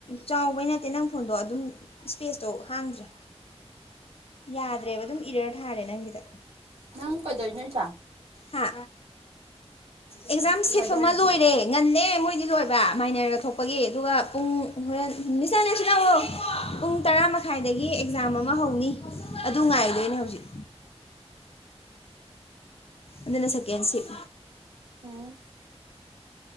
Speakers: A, on the left; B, on the right.
A: ꯆꯥꯎꯕꯩ ꯅꯠꯇꯦ ꯅꯪ ꯐꯣꯟꯗꯣ ꯑꯗꯨꯝ ꯏꯁꯄꯦꯁꯇꯣ ꯍꯥꯡꯗ꯭ꯔꯦ ꯌꯥꯗ꯭ꯔꯦꯕ ꯑꯗꯨꯝ ꯏꯔꯔ ꯊꯥꯔꯦ ꯅꯪꯒꯤꯗ
B: ꯅꯪ ꯀꯩꯗꯧꯏꯅꯣ ꯏꯠꯊꯥ
A: ꯍꯥ ꯑꯦꯛꯖꯥꯝ ꯁꯤꯞ
B: ꯀꯩꯗꯧꯔꯤ
A: ꯑꯃ ꯂꯣꯏꯔꯦ ꯉꯟꯂꯦ ꯃꯣꯏꯗꯤ ꯂꯣꯏꯕ ꯃꯥꯏꯅꯔꯒ ꯊꯣꯛꯄꯒꯤ ꯑꯗꯨꯒ ꯄꯨꯡ ꯍꯣꯔꯦꯟ ꯃꯤꯁ <unintelligible> ꯂꯥꯛꯑꯣ ꯄꯨꯡ ꯇꯔꯥ ꯃꯈꯥꯏꯗꯒꯤ ꯑꯦꯛꯖꯥꯝ ꯑꯃ ꯍꯧꯅꯤ ꯑꯗꯨ ꯉꯥꯏꯗꯣꯏꯅꯦ ꯍꯧꯖꯤꯛ ꯑꯗꯨꯅ ꯁꯦꯀꯦꯟ ꯁꯤꯞ
B: ꯎꯝ